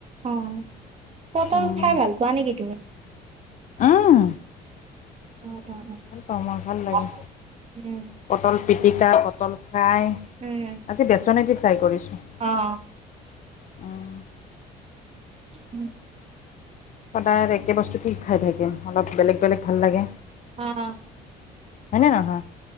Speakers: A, on the right; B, on the left.
A: অ পটল
B: উম,
A: খাই ভাল পোৱা নেকি তুমি
B: উম,
A: অ অ
B: ভাল পাওঁ মই ভাল লাগে।
A: অ অ উম
B: পটল পিটিকা পটল ফ্ৰাই
A: উম
B: আজি বেচনেদি ফ্ৰাই কৰিছোঁ
A: অ
B: উম,
A: <inaudible>
B: সদায় আৰু একে বস্তু কি খাই থাকিম অলপ বেলেগ বেলেগ ভাল লাগে
A: অ
B: হয়নে নহয়